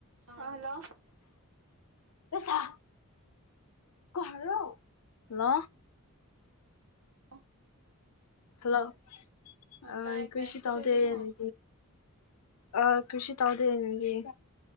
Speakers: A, on the right; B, on the left.
A: hello
B: ꯑꯦꯁꯥ ꯀꯍꯣ ꯂ
A: ꯑꯣꯐ
B: ꯍꯜꯂꯣ ꯑ
A: ꯇꯥꯏ
B: ꯀ꯭ꯣꯏꯁꯤ
A: ꯇꯥꯏ ꯀꯩꯗꯧꯔꯤꯅꯣ
B: ꯇꯥꯎꯗꯦꯅꯤ ꯑ ꯀꯁꯤꯤ ꯇꯥꯎꯗꯦ ꯅꯪꯒꯤ